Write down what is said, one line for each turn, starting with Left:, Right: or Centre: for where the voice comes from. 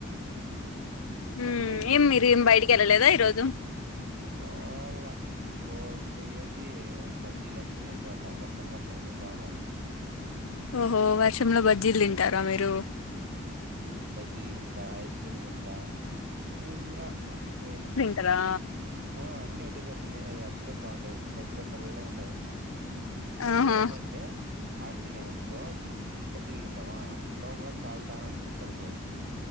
Left: ఉమ్
Right: అంటే ఇంగ ఇప్పుడు
Left: ఏం
Right: నువ్వు
Left: మీరు
Right: చెప్పినై
Left: ఏం బయటికి వెళ్ళలేదా ఈరోజు
Right: పోవల ఇప్పోయ్ పోయేసి ఏవన్ బజ్జీలట్ల తినేసి రాల్లా వర్షం పడుతాంది బాగా.
Left: ఓహో వర్షంలో బజ్జీల్దింటారా మీరు?
Right: ఉమ్ బజ్జీల్దింటా ఐస్ క్రీమ్ దింటా ఎం ఇంగ ఏందో
Left: కరా!
Right: ఆ అన్ని ఒటేసారి తినేసేదే అప్పుడే బాగుండేది కడుపులో సల్లగుంటది. ఇప్పుడు
Left: ఆహా
Right: ఎట్లంటే! హాట్ తిన్నవనుకో బజ్జీల్దితింటామా లోపల కాల్తాంటుంది. కడుపు.